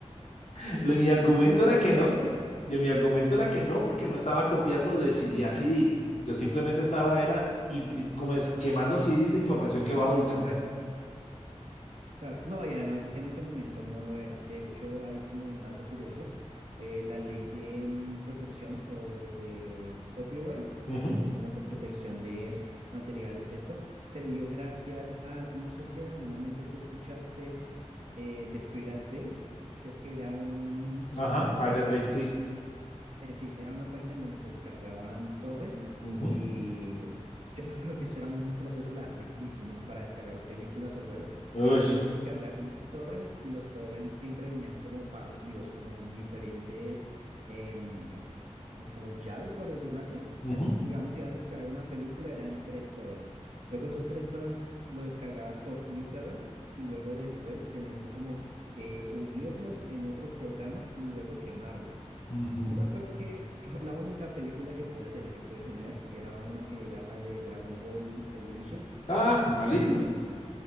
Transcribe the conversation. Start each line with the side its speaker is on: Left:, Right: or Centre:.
Left: <laughs> Le- mi argumento
Right: en ese entonces
Left: era que
Right: no
Left: no.
Right: lo era.
Left: Yo, mi argumento era que no, porque no estaba copiando de CD a CD. Yo simplemente estaba, era impri- como es, quemando CDs de información que bajo de internet.
Right: Claro, no, y además es que en ese momento no lo era. De hecho, hay como un dato curioso, eh, la ley de mm, protección o de copyright,
Left: Ujú,
Right: que es como co- protección de material, esto se dio gracias a, no sé si en algún momento tú escuchaste eh, The Pirate Bay, creo que era un,
Left: Ajá, Pirate Bay, sí.
Right: eh, sí, era una página en donde se descargaban torrents
Left: Ujú,
Right: y uf, yo me acuerdo que eso era un proceso larguísimo para descargar películas o juegos.
Left: ush,
Right: Tenías que descargar unos torrents y los torrents siempre venían como partidos, como en diferentes, em, como, como llaves, por decirlo así. Entonces,
Left: ujú,
Right: digamos, si ibas a descargar una película, eran tres torrents. Luego esos tres torrents lo descargabas por uTorrent y luego después tenías que como eh, unirlos en otro programa y luego quemarlo.
Left: ujú.
Right: Yo me acuerdo que <laughs> yo la única película que pude hacer y que pude comer era una que era la de Dragon Ball Evolution,
Left: Ah, malísima.
Right: que